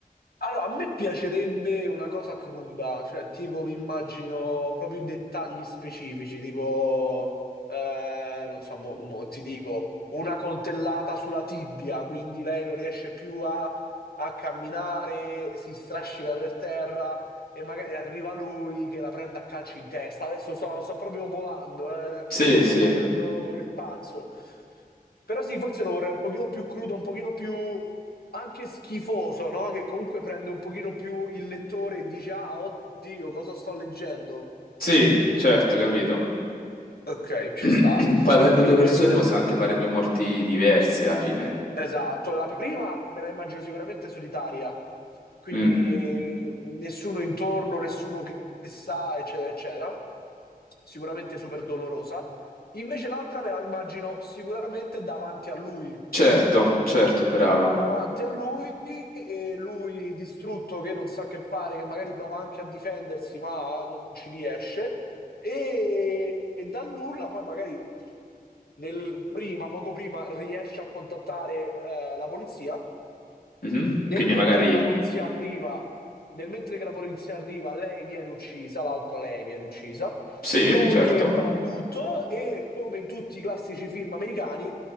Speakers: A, on the left; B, on the left.
A: Allora, a me piacerebbe una cosa cruda, cioè tipo mi immagino proprio i dettagli specifici, tipo, eh, non so, mo, mo ti dico, una coltellata sulla tibia, quindi lei non riesce più a a camminare, si strascica per terra e magari arriva lui che la prende a calci in testa. Adesso sto, sto proprio volando, eh,
B: Sì,
A: sto
B: sì,
A: facendo il pazzo. Però sì, forse lo vorrei un pochino più crudo, un pochino più anche schifoso, no? Che comunque prende un pochino più il lettore e dice, ah, oddio, cosa sto leggendo?
B: sì, certo, capito.
A: Ok, ci
B: <clears throat>
A: sta.
B: Poi avendo
A: E
B: due persone possiamo anche fare due morti diverse alla fine.
A: Esatto, la prima me la immagino sicuramente solitaria, quindi
B: Mm,
A: nessuno intorno, nessuno che sa, eccetera, eccetera. Sicuramente super dolorosa. Invece l'altra me la immagino sicuramente davanti a lui,
B: Certo, certo, bravo.
A: davanti a lui e lui distrutto che non sa che fare, che magari prova anche a difendersi, ma non ci riesce. E, e dal nulla poi magari nel- prima, poco prima riesce a contattare eh, la polizia
B: Mhm,
A: nel
B: Quindi
A: mentre
B: magari
A: che la polizia arriva, nel mentre che la polizia arriva, lei viene uccisa, l'altra lei viene uccisa.
B: sì,
A: Lui
B: certo,
A: che prova di tutto e come in tutti i classici film americani,